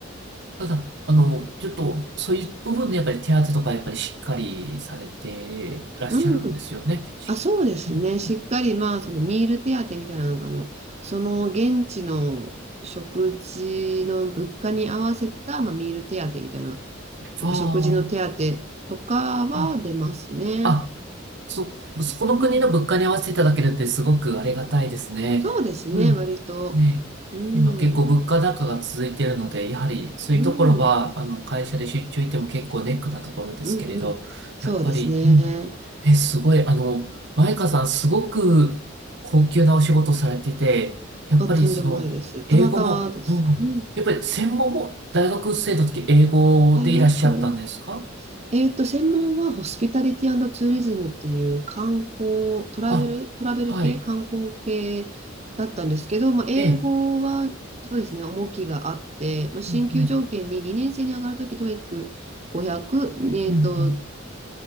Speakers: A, on the right; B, on the right.
A: ただ、あの、
B: そ
A: ちょっと、
B: う。うん。
A: そういう部分でやっぱり手当とかやっぱりしっかりされてらっしゃるんですよね。
B: うん。
A: しうん、
B: あ、そうですね。しっかり、まあ、そのミール手当みたいなのが、なんかあの、その現地の食事の物価に合わせた、まあ、ミール手当みたいな、なんか食事の手
A: うああ
B: 当とかは出ますね。
A: ー、うん。あ、そ、そこの国の物価に合わせていただけるってすごくありがたいですね。
B: うん。そうですね。
A: うん。
B: 割と。
A: ね、
B: うん。
A: 今結構物価高が続いているので、やはりそういうところは、
B: うん、うん、
A: あの、会社で出張行っても結構ネックなところですけれど、
B: うん。そうですね。
A: やっぱり、うん。え、すごい、あの、マイカさんすごく高級なお仕事をされてて、やっぱりその、
B: あ、とんでもないです。たまたまです。
A: 英語も、うん。
B: うん。
A: やっぱり専門も大学生の時英語でいらっしゃったんですか
B: 大学、えっと、専門はホスピタリティツーリズムっていう観光、トラベル、
A: あ、
B: トラベル系、
A: はい。
B: 観光系だったんですけど、まあ、英語は、
A: ええ。
B: そうですね、重きがあって、まあ、進級条件に2年生に上がるとき、
A: うんうん
B: トエック c 5 0 0えっと、
A: うんうん